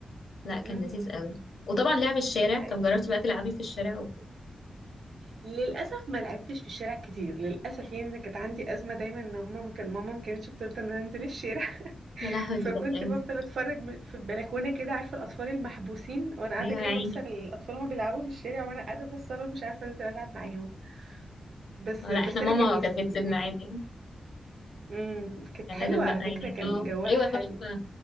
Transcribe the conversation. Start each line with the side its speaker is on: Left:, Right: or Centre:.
Left: لا كان
Right: امم
Left: لذيذ قوي وطبعا لعب الشارع
Right: اي
Left: طب جربتي بقى تلعبي في الشارع و...
Right: للاسف ما لعبتش في الشارع كتير للاسف يعني انا كانت عندي ازمه دايما ان ماما ما كان ماما ما كانتش بترضى ان انا انزل الشارع
Left: يا
Right: <laughs>
Left: لهوي دي
Right: فكنت
Left: كانت ايام
Right: بفضل اتفرج م- في البلكونه كده عارفه الاطفال المحبوسين وانا قاعده
Left: ايوه
Right: كده
Left: يا عيني
Right: بص على الاطفال وهما بيلعبوا في الشارع وانا قاعده بص لهم مش عارفه انزل العب معاهم بس
Left: اه لا
Right: بس
Left: احنا ماما
Right: انا كان نفسي
Left: كانت بتسيبنا
Right: يعني
Left: عادي
Right: امم كانت
Left: كان
Right: حلوة
Left: لازم بقى
Right: على
Left: يعني
Right: فكرة كان
Left: اه
Right: جواها
Left: ايوه
Right: حلو
Left: تحفه